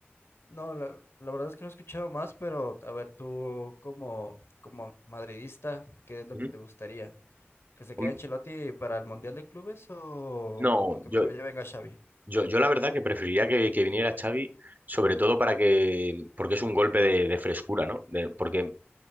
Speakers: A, on the left; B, on the right.
A: no, la, la verdad es que no he escuchado más, pero, a ver, tú como, como madridista, ¿qué es lo
B: ¿Mm?
A: que te gustaría? ¿Que se quede
B: Hom-
A: Ancelotti para el Mundial de Clubes o,
B: No,
A: o que
B: yo,
A: mejor ya venga Xavi?
B: yo, yo la verdad que preferiría que, que viniera Xavi, sobre todo para que, porque es un golpe de, de frescura, ¿no? De- porque